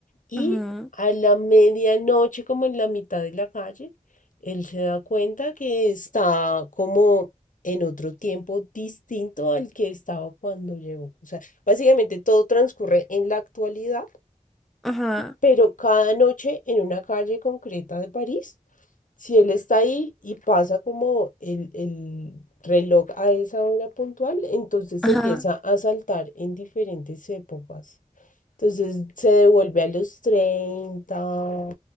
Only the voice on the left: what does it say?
y
a la medianoche, como en la mitad de la calle, él se da cuenta que está como... en otro tiempo distinto al que estaba cuando llegó. O sea, básicamente todo transcurre en la actualidad
pero cada noche en una calle concreta de París, si él está ahí y pasa como el, el reloj a esa hora puntual, entonces
empieza a saltar en diferentes épocas. Entonces se devuelve a los 30,